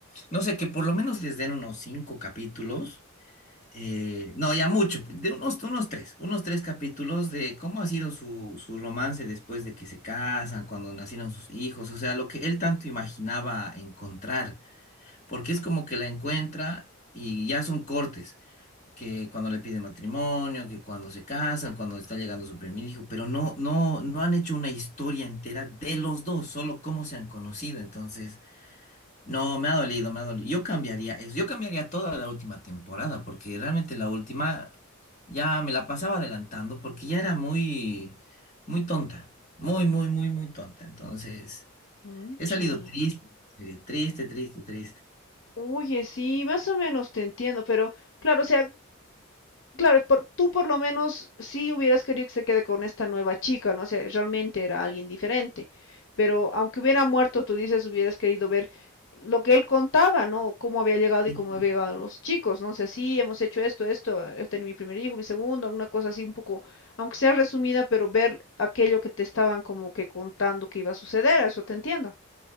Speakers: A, on the left (about 35°); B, on the left (about 60°).
A: no sé, que por lo menos les den unos cinco capítulos eh, no, ya mucho, de unos, unos tres, unos tres capítulos de cómo ha sido su, su romance después de que se casan, cuando nacieron sus hijos, o sea, lo que él tanto imaginaba encontrar, porque es como que la encuentra y ya son cortes, que cuando le piden matrimonio, que cuando se casan, cuando está llegando su primer hijo, pero no, no, no han hecho una historia entera de los dos, solo cómo se han conocido, entonces... No, me ha dolido, me ha dolido. Yo cambiaría eso. Yo cambiaría toda la última temporada, porque realmente la última ya me la pasaba adelantando, porque ya era muy, muy tonta. Muy, muy, muy, muy tonta. Entonces,
B: Pucha.
A: he salido triste, eh, triste, triste, triste.
B: Oye, sí, más o menos te entiendo, pero claro, o sea, Claro, por- tú por lo menos sí hubieras querido que se quede con esta nueva chica, ¿no? O sea, realmente era alguien diferente. Pero aunque hubiera muerto, tú dices, hubieras querido ver lo que él contaba, ¿no? Cómo había llegado
A: Sí,
B: y cómo había llegado los chicos, ¿no? O sea, sí, hemos hecho esto, esto, he tenido mi primer hijo, mi segundo, alguna cosa así un poco, aunque sea resumida, pero ver aquello que te estaban como que contando que iba a suceder, a eso te entiendo.